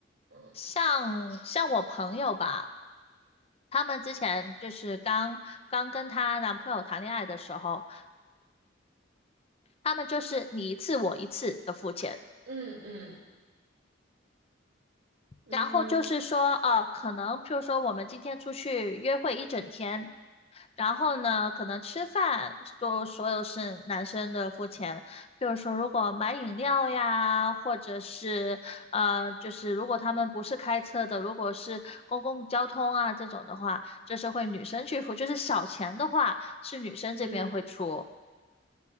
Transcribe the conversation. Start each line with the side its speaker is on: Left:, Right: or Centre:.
Right: 嗯
Left: 像像我朋友吧，他们之前就是刚刚跟她男朋友谈恋爱的时候，他们就是你一次我一次的付钱。
Right: 嗯嗯嗯嗯
Left: 然后就是说，呃，可能譬如说我们今天出去约会一整天，然后呢，可能吃饭都所有是男生的付钱。比如说，如果买饮料呀，或者是呃，就是如果他们不是开车的，如果是公共交通啊这种的话，就是会女生去付。就是小钱的话，是女生这边会出。
Right: 嗯。嗯